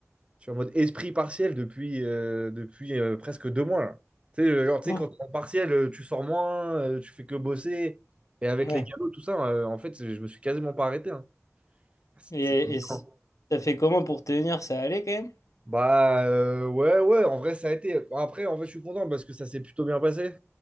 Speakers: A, on the right (about 20°); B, on the left (about 75°).
A: je suis en mode esprit partiel depuis, euh, depuis euh, presque deux mois. là. Tu sais, euh, genre, tu sais,
B: Oh,
A: quand t'es en partiel, euh, tu sors moins, euh, tu fais que bosser. Et avec
B: ouais.
A: les galops, tout ça, euh, en fait, je me suis quasiment pas arrêté. hein. C'est-
B: Et,
A: c'est dur.
B: et c- ça fait comment pour tenir? Ça allait quand même?
A: Bah euh, ouais, ouais, en vrai, ça a été. Bon, Après, en vrai, je suis content parce que ça s'est plutôt bien passé.